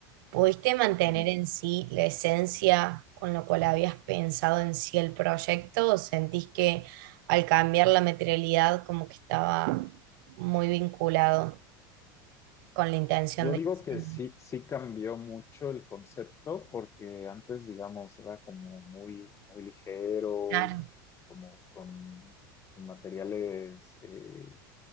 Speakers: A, on the right; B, on the left.
A: ¿pudiste mantener
B: ujú.
A: en sí la esencia con lo cual habías pensado en sí el proyecto o sentís que al cambiar la materialidad como que estaba muy vinculado con la intención
B: Yo
A: de
B: digo
A: diseño?
B: que sí, sí cambió mucho el concepto porque antes, digamos, era como muy, muy ligero
A: Claro,
B: y como con, con materiales eh,